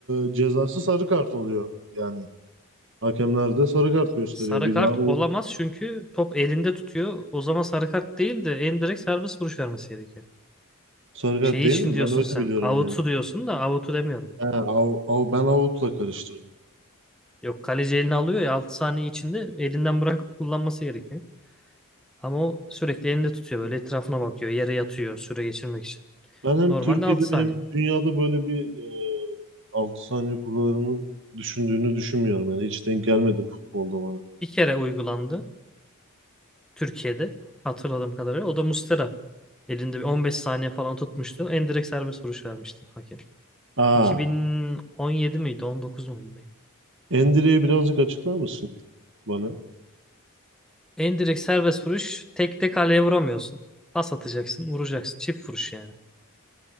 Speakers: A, on the right; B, in the centre.
A: e, cezası sarı kart oluyor. Yani hakemler de sarı kart gösteriyor.
B: Sarı
A: Bir
B: kart
A: daha o
B: olamaz çünkü top elinde tutuyor. O zaman sarı kart değil de en direkt serbest vuruş vermesi gerekiyor.
A: sarı kart
B: Şey
A: değil
B: için
A: mi?
B: diyorsun
A: Ben öyle
B: sen.
A: biliyorum
B: Out'u
A: yani.
B: diyorsun da out'u demiyorum.
A: He, av, av, ben avutla karıştırdım.
B: Yok kaleci elini alıyor ya 6 saniye içinde elinden bırakıp kullanması gerekiyor. Ama o sürekli elinde tutuyor böyle etrafına bakıyor. Yere yatıyor süre geçirmek için.
A: Ben hem
B: Normalde
A: Türkiye'de
B: 6 saniye.
A: hem dünyada böyle bir e, 6 saniye kuralını düşündüğünü düşünmüyorum. Yani hiç denk gelmedi futbolda bana.
B: Bir kere uygulandı Türkiye'de hatırladığım kadarıyla. O da Muslera Elinde bir 15 saniye falan tutmuştu. Endirekt serbest vuruş vermişti hakem.
A: Aa,
B: 2017 miydi? 19 mu? neydi?
A: Endire'yi birazcık açıklar mısın ya bana?
B: Endirekt serbest vuruş. Tek tek kaleye vuramıyorsun. Pas atacaksın, vuracaksın. Çift vuruş yani.